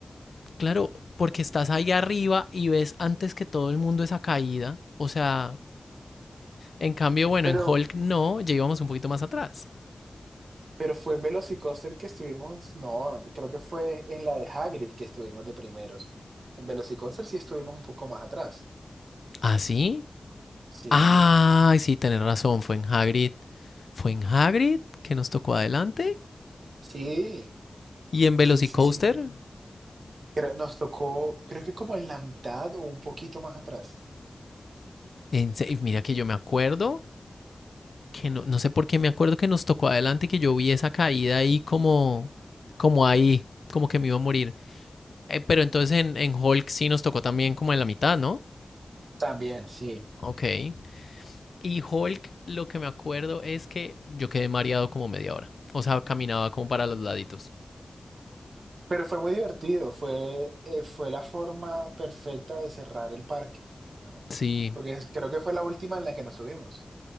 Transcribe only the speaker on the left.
Claro, porque estás ahí arriba y ves antes que todo el mundo esa caída. O sea, en cambio, bueno,
en Hulk no, ya íbamos un poquito más atrás.
¿Ah, sí?
Ay, sí, tenés razón, fue en Hagrid. Fue en Hagrid que nos tocó adelante.
Y en
Velocicoaster,
en mira que yo me acuerdo que no, no sé por qué me acuerdo que nos tocó adelante que yo vi esa caída ahí como, como ahí, como que me iba a morir. Eh, pero entonces en, en Hulk sí nos tocó también como en la mitad, ¿no?
Ok. Y Hulk, lo que me acuerdo es que yo quedé mareado como media hora. O sea, caminaba como para los laditos.
Sí,